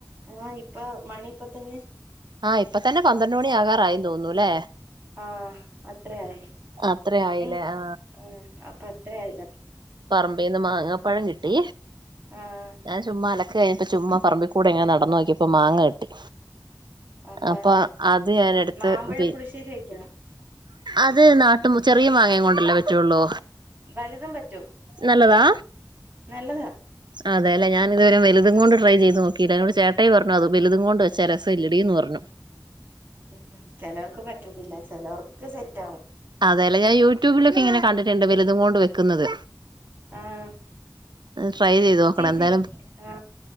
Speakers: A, on the right; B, on the right.
A: ആ ഇപ്പ മണിപ്പ ന്നെ
B: ആഹ് ഇപ്പ തന്നെ പന്ത്രണ്ട് മണി ആകാറായി തോന്നുന്നു ല്ലെ?
A: ആഹ അത്രയായി.
B: അത്രേ ആയില്ലേ
A: ഏ
B: ആ
A: ഉം അപ്പൊ അത്രയായല്ലോ?
B: പറമ്പിന്ന് മാങ്ങപ്പഴം കിട്ടി
A: ആഹ്
B: ഞാൻ ചുമ്മാ അലക്ക് കഴിഞ്ഞ ഇപ്പൊ ചുമ്മാ പറമ്പിക്കൂടെ ഇങ്ങനെ നടന്നു നോക്കിയപ്പോ മാങ്ങ കിട്ടി.
A: അപ്പ
B: അപ്പൊ അത് ഞാൻ എടുത്ത്
A: മാമ്പഴ
B: പി
A: പുളിശ്ശേരി വെക്കണം
B: അത് നാട്ട ട്ടും ചെറിയ മാങ്ങയും കൊണ്ടല്ലേ പ റ്റൊള്ളു.
A: വലുതും പറ്റും
B: നല്ലതാ
A: നല്ലതാ
B: അതെലെ ഞാനിതുവരെ വലുതും
A: ഉം
B: കൊണ്ട് ട്രൈ ചെയ്ത് നോക്കി കീടനോട് ചേട്ടായി പറഞ്ഞു അത് വലുതും കൊണ്ട് വെച്ച രസംല്ലടിന്ന് പറഞ്ഞു
A: ഉം. ചെലവർക്ക് പറ്റത്തില്ല ചെലവർക്ക് സെറ്റാകും.
B: അതേലേ? ഞാൻ യൂട്യൂബിലൊക്കെ ങ്ങനെ കണ്ടിട്ടുണ്ട് വലുതും കൊണ്ട് വെക്കുന്നത്.
A: ആആ ഹ്.
B: ട്രൈ ചെയ്ത് നോക്കണം
A: ചേച്ചി
B: എന്തായാലും
A: ആ